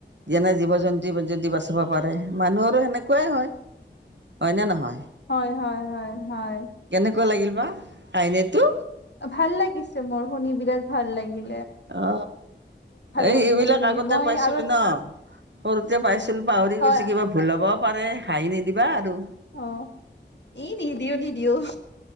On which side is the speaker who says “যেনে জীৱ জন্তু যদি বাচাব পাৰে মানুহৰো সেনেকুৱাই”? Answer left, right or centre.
Right